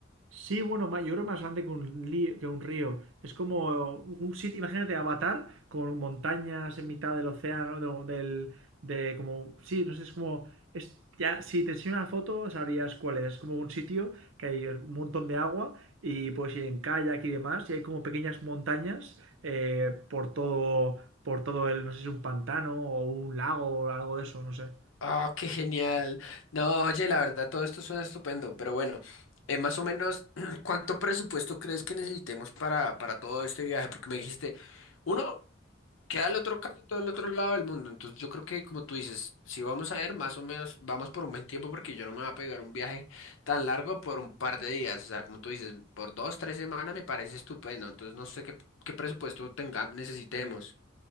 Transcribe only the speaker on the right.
Sí, bueno, ma- yo creo más grande que un, li- que un río. Es como un sitio, imagínate, Avatar, con montañas en mitad del océano, no, del, de como, sí, no sé, es como, es, ya, si te enseño una foto sabrías cuál es. Es como un sitio que hay un montón de agua y puedes ir en kayak y demás, y hay como pequeñas montañas eh, por todo, por todo el, no sé si es un pantano o un lago o algo de eso, no sé.